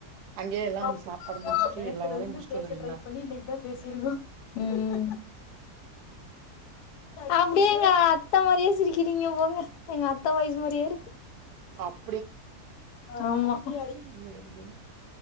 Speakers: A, on the right; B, on the left.
A: அங்கேயே எல்லா
B: ஆ
A: சாப்பாடு
B: நாம
A: முடிச்சுட்டு
B: நேத்துல
A: எல்லா வேலையு
B: இருந்து
A: முடிச்சுட்டு
B: பேச
A: வந்துருவீங்களா
B: ட்ரை பண்ணி இன்னைக்கிதா பேசிருக்கோ உம் அப்படியேங்க அத்த மாரியா சிரிக்கிறீங்க போங்க எங்க அத்த வாய்ஸ் மாரியே இருக்கு
A: சாப்
B: ஆமா ம்
A: சேரி